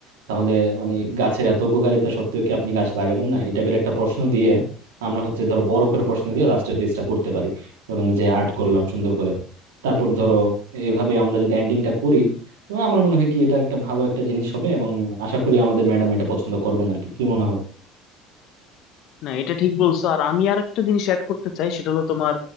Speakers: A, on the right; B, on the left.
A: তাহলে মানে গাছের এত উপকারিতা সত্ত্বেও কি আপনি গাছ লাগাবেন না এই টাইপের একটা প্রশ্ন দিয়ে আমরা হচ্ছে ধরো বড় করে প্রশ্ন দিয়ে লাস্টের পেজটা করতে পারি ধরো নিজে আর্ট করলাম সুন্দর করে তারপর ধরো এভাবে আমরা যদি এন্ডিংটা করি তো আমার মনে হয় কি এটা একটা ভালো একটা জিনিস হবে এবং আশা করি আমাদের ম্যাডাম এটা পছন্দ করবেন আর কি কি মনে
B: না এটা ঠিক বলছো আর আমি আর একটা জিনিস অ্যাড করতে চাই সেটা হলো তোমার